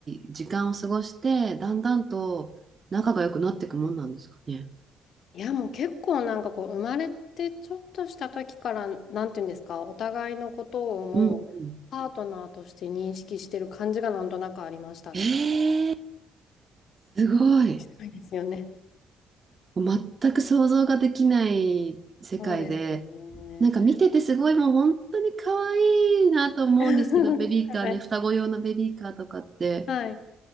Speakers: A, on the right; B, on the left.
A: い時間を過ごして、だんだんと仲が良くなっていくもんなんですかね。
B: いや、もう結構なんかこう、生まれてちょっとした時から、なんていうんですか、お互いのことをもう、
A: うんうん。
B: パートナーとして認識してる感じがなんとなくありましたね。
A: えー、すごい。
B: そうですよね。
A: もう全く想像ができない世界で、
B: そうですよね。
A: なんか見ててすごいもう本当に可愛いなと思うんですけど、
B: <laughs>
A: ベビーカーね、
B: はい。
A: 双子用のベビーカーとかって。
B: はい。